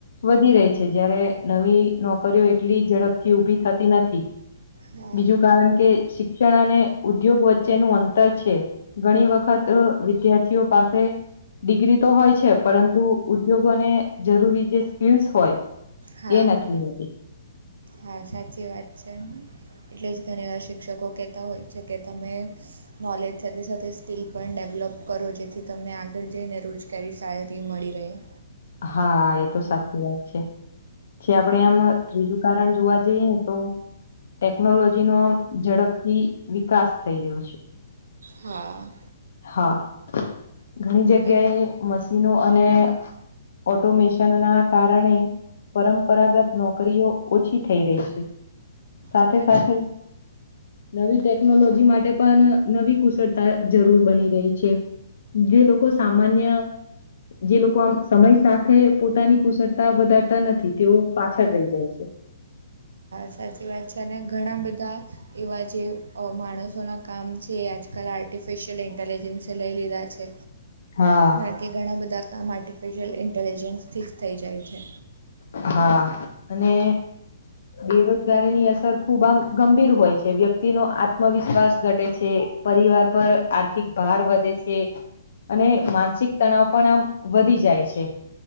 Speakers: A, on the left (about 65°); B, on the right (about 80°).
A: વધી રહી છે જયારે નવી નોકરીઓ એટલી ઝડપથી ઉઊભી થતી નથી.
B: હા
A: બીજું કારણ કે શિક્ષણ અને ઉદ્યોગ વચ્ચેનું અંતર છે ઘણી વખત વિદ્યાર્થીઓ પાસે ડિગ્રી તો હોય છે પરંતુ ઉદ્યોગોને જરૂરી જે સ્કીલ્સ હોય
B: હા
A: એ નથી હોતી
B: હા સાચી વાત છે એટલે જ ઘણી વાર શિક્ષકો કહેતા હોય છે કે તમે નોલેજ સાથે સાથે સ્કીિલ પણ ડેવલોપ કરો જેથી તમને આગળ જઈને રોજગારી સારી મળી રહે બે
A: હા એ તો સાચી વાત છે જે આપણેે આમ ત્રીજું કારણ જોવા જઈએ તો ટેકનોલોજીનોો આમ ઝડપથી વિકાસ થઈ રહ્યો છે
B: હા
A: હા ઘણી જગ્યાએ
B: એટ
A: મશીનો અને ઓટોમિશન ના કારણે પરંપરાગત નોકરીઓ ઓછી થઈ રહી છે સાથે
B: ઉ
A: સાથે
B: છે
A: નવી ટેકનોલોજી માટે પણ નવી કુશળતા જરૂર બની રહી છે જે લોકો સામાન્ય જે લોકો આમ સમય સાથે પોતાની કુશળતા વધારતા નથી તેઓ પાછળ રહી જાય છે
B: સાચી વાત છે અને ઘણા બધા એવા જે માણસોના કામ છે આજ આકાલ આર્ટિફિશિયલ ઇન્ટેલિજન્સે લઈ લીધા છે
A: હા
B: કારણ કે ઘણા બધા કામ માટે આર્ટિફિશિયલ ઇન્ટેલિજન્સ ફિક્સ થઈ જાય છે
A: હા અને બેરોજગારીની અસર ખુબ આમ ગંભીર હોય છે વ્યક્તિ નો આત્મવિશ્વાસ ઘટે છે પરિવાર પર આર્થિક ભાર વધે છે અને માનસિક તણાવ પણ આમ વધી જાય છે